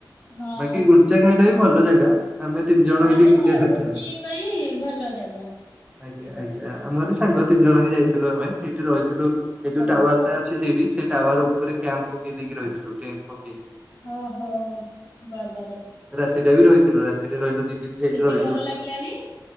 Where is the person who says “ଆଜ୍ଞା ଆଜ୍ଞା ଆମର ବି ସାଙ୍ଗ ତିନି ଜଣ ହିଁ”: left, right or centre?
Right